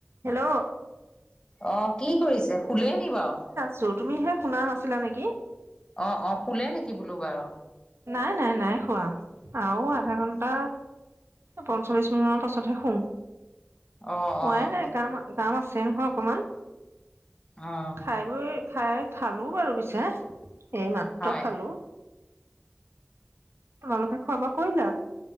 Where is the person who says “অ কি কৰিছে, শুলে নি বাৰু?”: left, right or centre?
Left